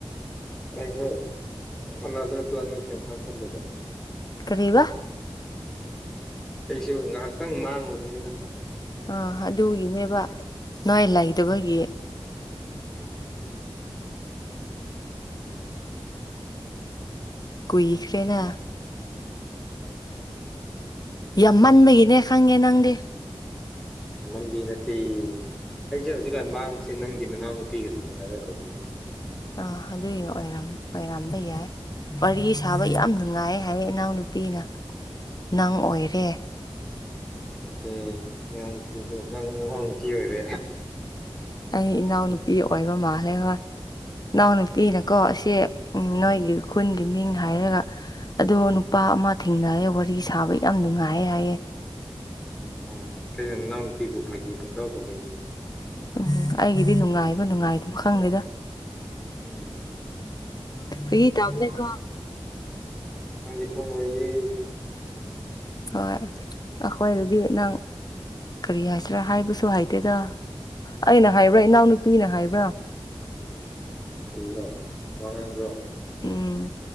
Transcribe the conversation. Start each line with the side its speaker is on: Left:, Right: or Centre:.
Centre: ꯑꯩꯁꯨ ꯑꯅꯥꯗ꯭ꯔ ꯄ꯭ꯂꯥꯟꯅꯦꯠꯇ ꯉꯥꯏꯍꯥꯛ ꯆꯠꯂꯨꯕ
Left: ꯀꯔꯤꯕ
Centre: ꯑꯩꯁꯨ ꯉꯥꯏꯍꯥꯛꯇꯪ ꯃꯥꯡꯉꯨꯕꯅꯤꯗ
Left: ꯑ ꯑꯗꯨꯒꯤꯅꯦꯕ ꯅꯣꯏ ꯂꯩꯇꯕꯒꯤ
Centre: ꯎꯝ ꯎꯝ
Left: ꯀꯨꯏꯈ꯭ꯔꯦꯅ ꯌꯥꯝꯃꯟꯕꯒꯤꯅꯦ ꯈꯪꯉꯦ ꯅꯪꯗꯤ
Centre: ꯃꯃꯟꯗꯤ ꯅꯠꯇꯦ ꯑꯩꯁꯦ ꯍꯧꯖꯤꯛꯀꯥꯟ ꯃꯥꯡꯕꯁꯦ ꯅꯪꯒꯤ ꯅꯅꯥꯎ ꯅꯨꯄꯤꯒ ꯁꯥꯟꯅꯔ ꯂꯩꯕꯅꯦ
Left: ꯑ ꯑꯗꯨꯏ ꯑꯣꯏꯔꯝ ꯑꯣꯏꯔꯝꯕ ꯌꯥꯏ ꯋꯥꯔꯤ
Centre: ꯎꯝ
Left: ꯁꯥꯕ ꯌꯥꯝ ꯅꯨꯡꯉꯥꯏ ꯍꯥꯏꯌꯦ ꯅꯅꯥꯎ ꯅꯨꯄꯤꯅ ꯅꯪ ꯑꯣꯏꯔꯦ
Centre: ꯑꯉꯥꯡ ꯅꯨꯄꯤꯗꯣ ꯅꯪ ꯅꯅꯥꯎ ꯅꯨꯄꯤ ꯑꯣꯏꯔꯦ
Left: ꯑꯩ ꯏꯅꯥꯎꯅꯨꯄꯤ
Centre: ꯎꯝ
Left: ꯑꯣꯏꯕ ꯃꯥꯜꯂꯦ ꯍꯣꯏ ꯏꯅꯥꯎꯅꯨꯄꯤꯅꯀꯣ ꯁꯤ ꯅꯣꯏꯒꯤ ꯈꯨꯟꯒꯤ ꯃꯤꯡ ꯍꯥꯏꯔꯒ ꯑꯗꯣ ꯅꯨꯄꯥ ꯑꯃ ꯊꯦꯡꯅꯑꯦ ꯋꯥꯔꯤ ꯁꯥꯕ ꯌꯥꯝ ꯅꯨꯡꯉꯥꯏ ꯍꯥꯏꯌꯦ
Centre: ꯎ ꯀꯩꯅ ꯏꯅꯥꯎ ꯅꯨꯄꯤꯕꯨ ꯐꯥꯒꯤ ꯄꯨꯡꯇꯧ ꯇꯧꯕꯤꯕꯅꯤ
Left: ꯎꯝ ꯑꯩꯒꯤꯗꯤ ꯅꯨꯡꯉꯥꯏꯕ ꯅꯨꯡꯉꯥꯏꯗꯨꯃ ꯈꯪꯗꯦꯗ
Centre: ꯎꯝ
Left: ꯐꯥꯒꯤ ꯇꯧꯕꯅꯦꯀꯣ
Centre: <inaudible> ꯅꯪꯗꯤ ꯈꯡꯉꯔꯣꯏꯌꯦ
Left: ꯍꯣꯏ ꯑꯩꯈꯣꯏꯗꯗꯤ ꯅꯪ ꯀꯔꯤ ꯍꯥꯏꯁꯤꯔꯥ ꯍꯥꯏꯕꯁꯨ ꯍꯩꯇꯦꯗ ꯑꯩꯅ ꯍꯥꯏꯕ꯭ꯔꯥ ꯏꯅꯥꯎꯅꯨꯄꯤꯅ ꯍꯥꯏꯕ꯭ꯔꯥ
Centre: ꯀꯔꯤꯔꯣ ꯋꯥꯉꯥꯡꯕ꯭ꯔꯣ
Left: ꯎꯝ